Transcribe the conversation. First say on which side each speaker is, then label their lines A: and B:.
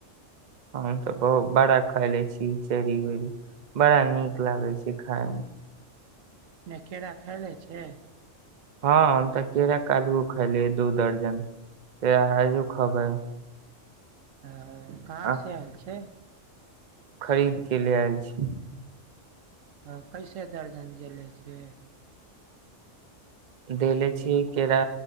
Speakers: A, on the right (about 40°); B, on the right (about 85°).
A: हम तऽ बहुत बड़ा खाय ले छी चेरी बेरी बड़ा नीक लागै छै हँ
B: नहि केरा खायले छै
A: हँ हम तऽ केरा काल्हू खैलिय दू दर्जन तरा आयो खबै
B: ह कहाँ
A: आ
B: से आयल छै
A: खरीद के ल आय अ
B: ह कैसे दर्जन देलै छियै
A: देले छीय केरा